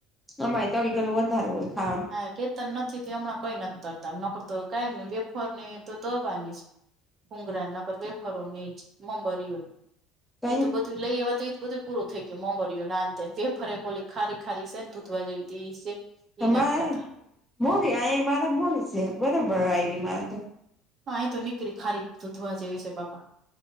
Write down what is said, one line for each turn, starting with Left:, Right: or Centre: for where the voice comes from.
Centre: અમારે તળી ગલું વધારે હોય ખાવાનું.
Right: હા કેતન નથી હમણાં કઈ નથી તરતામ નકરતો કઈ વેફર ને તોરવાની જ ભુગરા ન ક તો વેફરો ને ઇજ મમરીયો.
Centre: કઈ
Right: એ તો બધું લઈ આવવા તો એ બધું પૂરું થઈ ગયું મોબરીયું ને આ તે. ફરે કોલી ખારી ખારી છે ને ધૂધવા જેવી તે છે.
Centre: તા
Right: એ નથી
Centre: મારે
Right: ખાતા
Centre: મોરી આ મારા મોરી છે બરોબર આવી મારે તો.
Right: અહી તો નીકળી ખારી દૂધવા જેવી છે બાપા.